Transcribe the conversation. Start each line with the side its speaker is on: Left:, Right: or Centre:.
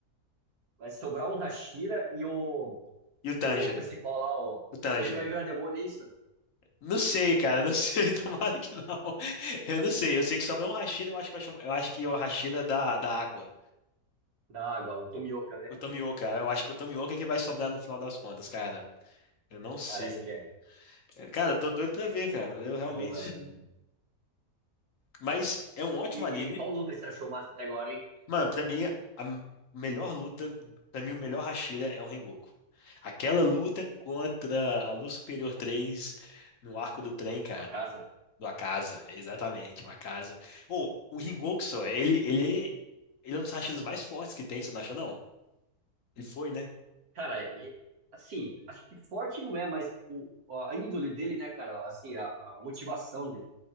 Right: Vai sobrar um Hashira e o.
Left: E o
Right: E
Left: Tanjiro.
Right: o principal lá, ó,
Left: O Tanjiro.
Right: Tanjiro vai virar demônio, é isso?
Left: Não sei, cara. Não sei. <laughs> Tomara que não. Eu não sei. Eu sei que sobra um Rashida. Eu acho que, vai sobrar- eu acho que é o Rashida da, da água.
Right: Da água, o Tomioka, né?
Left: O Tomioka. Eu acho que o Tomioka é que vai sobrar no final das contas, cara. Eu não sei.
Right: Parece que é.
Left: É, Cara, eu tô doido pra ver, cara. Eu
Right: Então,
Left: realmente.
Right: velho.
Left: Mas é um ótimo
Right: E,
Left: anime.
Right: e qual luta você achou massa até agora, hein?
Left: Mano, pra mim, a m- melhor luta, pra mim, o melhor Hashira é o Rengoku. Aquela luta contra a Luz Superior 3 no arco do trem, cara.
Right: O Akaza?
Left: Do Akaza, exatamente, o Akaza. Ô, o Rengoku só, ele, ele, ele é um dos Hashiras mais fortes que tem, você não acha, não? Ele foi, né?
Right: Cara, e- assim, acho que forte não é, mas o, a índole dele, né, cara? Assim, a, a motivação de-